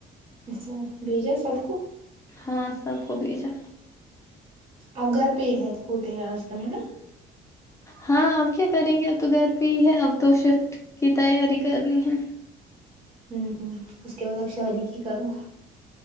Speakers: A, on the right (about 35°); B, on the left (about 15°).
A: اچھا بھیجا سب کو
B: ہاں سب کوبی جا
A: اپ گھر پہ ہی ہے ہوتے ہیں آج کل ہے نا
B: ہاں اب کیا کریں گے اب تو گھر پہ ہی ہے اب تو شفٹ کی تیاری کرنی ہے
A: ہوں اس کے بعد ا شادی کی کرو